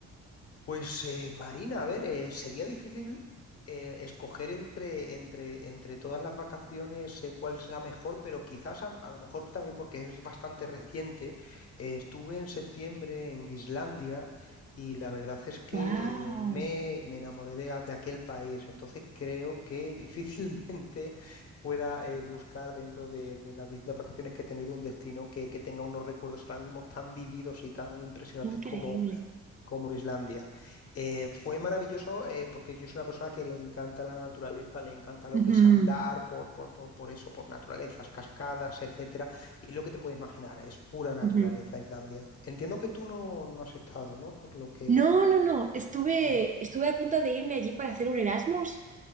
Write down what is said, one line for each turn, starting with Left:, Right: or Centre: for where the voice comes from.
Left: Pues eh, Marina, a ver, eh, sería difícil eh, escoger entre, entre, entre todas las vacaciones eh, cuál es la mejor, pero quizás a, a lo mejor también porque es bastante reciente. eh, estuve en septiembre en Islandia y la verdad es que
Right: ¡Wow!
Left: eh, me, me enamoré de, a- de aquel país, entonces creo que <laughs> difícilmente pueda eh, buscar dentro de, de las distintas vacaciones que he tenido un destino que, que tenga unos recuerdos ahora mismo tan vividos y tan impresionantes
Right: Increíble.
Left: como Islandia. Eh, fue maravilloso eh, porque yo soy una persona que le encanta la naturaleza, le encanta lo
Right: Ujú,
Left: que es andar por, por, por, por eso, por naturalezas, cascadas, etcétera. Y lo que te puedes imaginar es pura naturaleza
Right: ujú.
Left: Islandia. Entiendo que tú no, no has estado, ¿no? Por lo que...
Right: No, no, no. Estuve,
Left: Ujú.
Right: estuve a punto de irme allí para hacer un Erasmus,